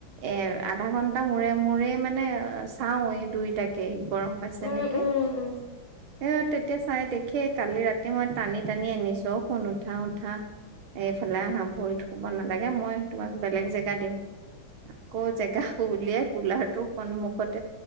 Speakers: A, on the right (about 85°); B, on the left (about 55°).
A: এ আধা ঘণ্টা মূৰে মূৰে মানে চাওঁ এই দুইটাকে গৰম পাইছে
B: উম
A: নেকি,
B: উম উম
A: এ তেতিয়া চাই দেখিয়ে কালি ৰাতি এ মই টানি টানি আনিছোঁ শুন উঠা উঠা। এইফালে আহা ভৰিত শুব নালাগে মই সেই তোমাক বেলেগ জেগা দিম। আকৌ জেগাবোৰ ওলিয়াই কুলাৰটোৰ সন্মুখত